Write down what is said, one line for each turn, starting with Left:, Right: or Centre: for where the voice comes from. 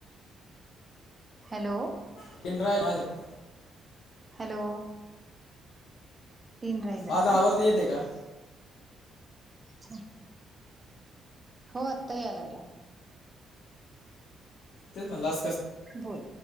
Right: हॅलो.
Left: <inaudible>
Right: हॅलो तीन राहिलत
Left: माझा
Right: का?
Left: आवाज नाही येते का.
Right: <inaudible> हो आत्ता याय लागला
Left: तेच म्हणाल अस कस
Right: बोल